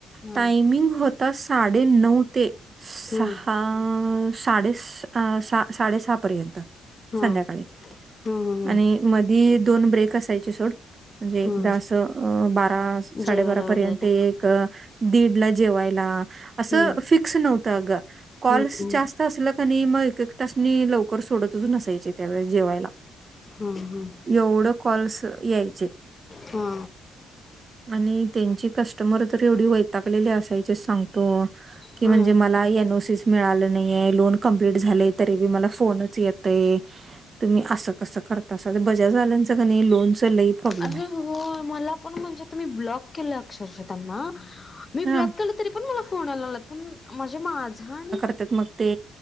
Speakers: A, on the left; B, on the right.
A: हा
B: टायमिंग होता साडे नऊ ते सहा
A: हा
B: साडे सा साडे सहा पर्यंत
A: हा
B: संध्याकाळी
A: हा हा
B: आणि मधी दोन ब्रेक असायचे सोड म्हणजे
A: हा
B: एकदा अस अ बारा साडेबारा
A: जेवायला
B: पर्यंत
A: वगैरे
B: एक दीड ला जेवायला असं
A: हम्म
B: फिक्स नव्हतं अग कॉल्स
A: हम्म
B: जास्त असलं कणी मग एक एकट्यासनी लवकर सोडतच नसायचे त्यावेळेस जेवायला
A: हा हा
B: एवढं कॉल्स यायचे
A: हा
B: आणि त्यांची कस्टमर तर एवढी वैतागलेले असायचे सांगतो की
A: हा
B: म्हणजे मला एन ओ सी मिळालं नाही हाय लोन कंप्लीट झालय तरी बी मला फोनच येतय तुम्ही असं कसं करतासा आता बजाजवाल्यांचं कणी लोन च लई प्रॉब्लेम
A: अरे
B: आहे
A: हो मला पण म्हणजे मी आता ब्लॉक केलं अक्षरशः त्यांना मी
B: हा
A: ब्लॉक केलंय तरी पण मला फोन यायला लागला पण म्हणजे माझा आणि
B: त्यात मग ते